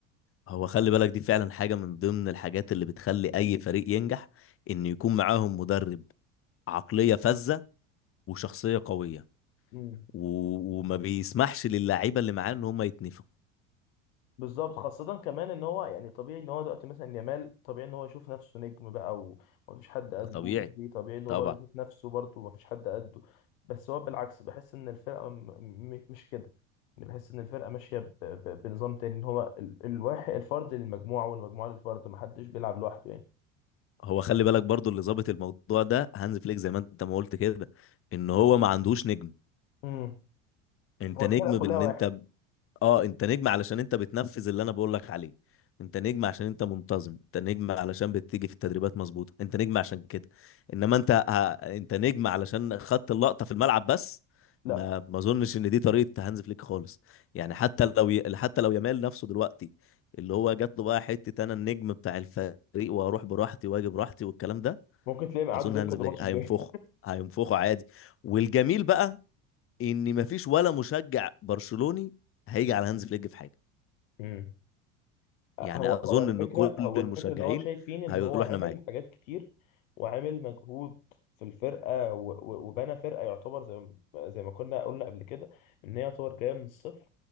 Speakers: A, on the left (about 35°); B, on the left (about 75°).
A: هو خلي بالك دي فعلا حاجة من ضمن الحاجات اللي بتخلي أي فريق ينجح إن يكون معاهم مدرب عقلية فذة وشخصية قوية
B: مم.
A: و... وما بيسمحش للعيبه اللي معاه ان هم يتنفخوا
B: بالظبط خاصة كمان ان هو يعني طبيعي ان هو دلوقتي مثلا يامال طبيعي ان هو يشوف نفسه نجم بقى و- ومفيش حد قده
A: طبيعي
B: وبدري طبيعي ان هو
A: طبعا
B: برضه يشوف نفسه برضه ومفيش حد قده بس هو بالعكس بحس ان الفرقة م- م- مش كده يعني بحس ان الفرقة ماشية ب- ب- بنظام تاني ان هو ال- الواحد الفرد للمجموعة والمجموعة للفرد محدش بيلعب لوحده يعني
A: هو خلي بالك برضو اللي ظابط الموضوع ده هانز فليك زي ما انت ما قلت كده ان هو ما عندوش نجم
B: امم
A: انت
B: هو
A: نجم
B: الفرقة كلها
A: بان
B: واحد
A: انت اه انت نجم علشان انت بتنفذ اللي انا بقول لك عليه انت نجم عشان انت منتظم انت نجم علشان بتيجي في التدريبات مظبوطه انت نجم عشان كده انما انت ه... انت نجم علشان خدت اللقطه في الملعب بس
B: لا
A: ما ما اظنش ان دي طريقه هانز فليك خالص يعني حتى لو ي... حتى لو يامال نفسه دلوقتي اللي هو جات له بقى حته انا النجم بتاع الفريق واروح براحتي واجي براحتي والكلام ده
B: ممكن تلاقيهم قعدوا
A: اظن هانز
B: دكة الماتش
A: فليك هينفخه
B: الجاي
A: هينفخه عادي والجميل بقى ان مفيش ولا مشجع برشلوني هيجي على هانز فليك في حاجه
B: امم هو
A: يعني اظن
B: هو الفكرة
A: ان كل
B: هو
A: المشجعين
B: الفكرة ان هو شايفين ان
A: هيقولوا
B: هو عامل
A: احنا معاك
B: حاجات كتير وعامل مجهود في الفرقة و- و- وبنى فرقة يعتبر زي ما- زي ما كنا قلنا قبل كده ان هي يعتبر جاية من الصفر